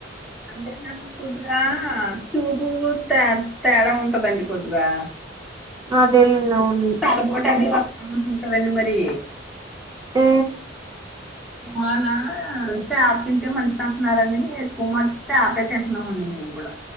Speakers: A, in the centre; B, on the right.
A: అంటే నాకు కొద్దిగా చూపు తే తేడా ఉంటదండి కొద్దిగా
B: అదే దవును
A: <unintelligible> ఉంటదండి మరి
B: ఆ
A: ఉ నా చాప్ తింటే మంచిదంటున్నారని ఎక్కువ మ చాపే తింటున్నాం అండి మేము కూడ